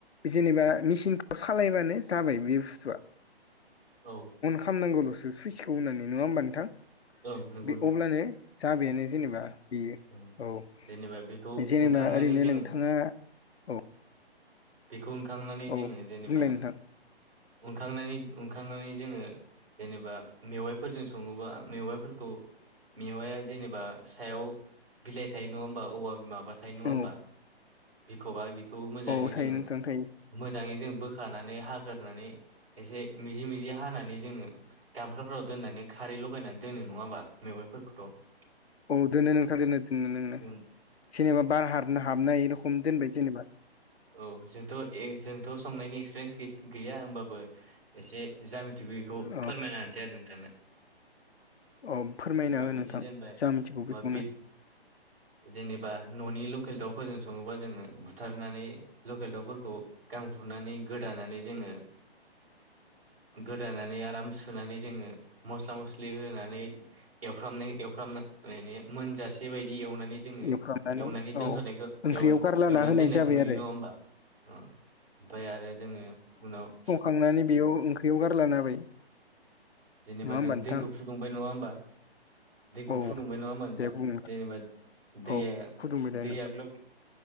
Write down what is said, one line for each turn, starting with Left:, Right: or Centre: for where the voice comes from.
Left: जेनेबा मिचिनखौ सालायबानो जाबाय बे बुस्थुआ
Right: औ।
Left: खालामामनांगौल'सो सुइसखौ होननानै नङा होमब नोंथां
Right: ओं नंगौ
Left: बे
Right: नोंथां
Left: अब्लानो जाबायानो जेनेबा बेयो
Right: ओं
Left: औ
Right: जेनेबा बेखौ
Left: जेनेबा
Right: उनखांनानै
Left: ओरैनो
Right: जोङो
Left: नोंथाङा औ
Right: बेखौ उनखांनानै
Left: औ
Right: जोङो जेनेबानखांनानै
Left: बुंलाय नोंथां
Right: उनखांनानै जोङो। जेनेबा मेवाइफोरजों सङोबा मेवाइफोरखौ मेवाया जेनेबा सायाव बिलाइ थायो नङा होनबा औवा माबा नाथाय नङा
Left: औ
Right: होमबा बिख'बा बिखौ मोजाङै
Left: औ थायो
Right: जोङो
Left: नोंथां थायो
Right: मोजाङै जों बोखानानै हाग्रोनानै एसे मिजि मिजि हानानै जोङो। गामलाफोराव दोननानै खारै लगायनानै दोनो नङा होमबा मेवाइफोरखौथ'
Left: औ दोनो नोंथां दोनो दोनो नोंनो
Right: जों
Left: जेनेबा बार हारनो हाबनाय रोखोम दोनबाय जेनेबा
Right: औ जोंथ' जोंथ' संनायनि एक्सपिरियेन्स गैया होनबाबो एसे जा मिथिगौ बेखौ
Left: औ
Right: फोरमायना होनोसै आरो नोंथांनो <unintelligible>
Left: औ फोरमायना हो नोंथां जा मिथिगौ बेखौनो
Right: जेनेबा न'नि लकेल दाउफोरजों सङोबा जोङो बुथारनानै लकेल दाउफोरखौ गां फुनानै गोदानानै जोङो। गोदानानै आराम सुनानै जोङो मस्ला मस्लि होनानै। एवफ्रामनाय एवफ्रामनाय माने मोनजासे बायदि एव जोङो एवनानै
Left: एवफ्रामनानै
Right: दोनथ'नायखौ
Left: औ ओंख्रियाव
Right: एवनानै
Left: गारलाना होनाय
Right: दोननायखौ
Left: जाबाय
Right: नुयो
Left: आरो
Right: नङा होन ओमफ्राय आरो जोङो उनाव
Left: थांनानै बेयाव ओंख्रियाव गारलाना होबाय।
Right: जेनेबा
Left: नङा होमबा
Right: जों
Left: नोंथां
Right: दैखौ फुदुंबाय नङा होमबा। दैखौ
Left: औ
Right: फुदुंबाय नङा होमबा नोंथां
Left: दे बुं
Right: जेनेबा दैया
Left: औ फुदुंबाय दे
Right: दैया
Left: नोंथां
Right: ग्लब